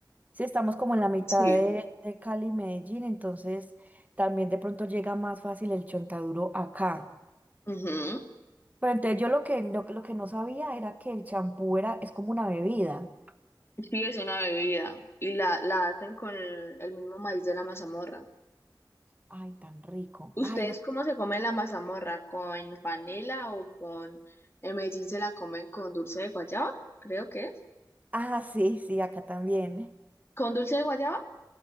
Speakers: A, on the right; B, on the left.
A: sí estamos como en la mitad
B: Sí.
A: de, de Cali y Medellín, entonces también de pronto llega más fácil el chontaduro acá.
B: Ujú.
A: Pero entonces yo lo que, lo, que lo que no sabía era que el champú era, es como una bebida.
B: Sí, es una bebida. Y la, la hacen con el, el mismo maíz de la mazamorra.
A: Ay, tan rico.
B: ¿Ustedes
A: Ay, no.
B: cómo se comen la mazamorra? ¿Con panela o con... En Medellín se la comen con dulce de guayaba, creo que es.
A: Ah, sí, sí, acá también.
B: ¿Con dulce de guayaba?